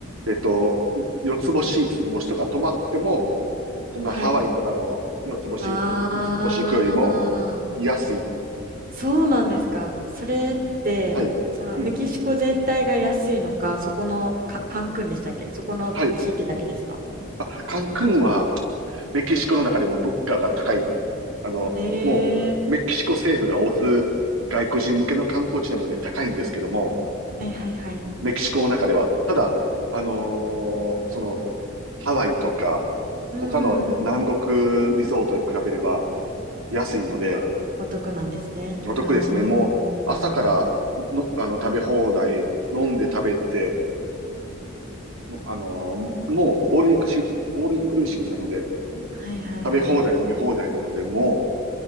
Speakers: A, on the right; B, on the right.
A: えっと、四つ星、五つ星とか泊まっても、こんなハワイとかの四つ星、
B: はい。ああ、
A: 五つ五つ星行くよりも安い。
B: そうなんですか。それって、
A: はい。
B: そのメキシコ全体が安いのか、
A: うん。
B: そこのか、カンクンでしたっけそこの地域だけですか
A: はい。あ、カンクンはメキシコの中でも物価が高い。あの、
B: ええ
A: もうメキシコ政府が推す外国人向けの観光地なので高いんですけども、
B: はいはいはい。
A: メキシコの中では。ただ、あのーその、ハワイとか、
B: うんん。
A: 他の南国リゾートに比べれば安いので、
B: あお得なんですね。
A: お得ですね。
B: あうーんあ
A: もう、朝からの、あの、食べ放題、飲んで食べて、もうあのーもう、オールインクシ、オールインクルーシブなので、
B: はいはいはい。
A: 食べ放題、飲み放題なので、も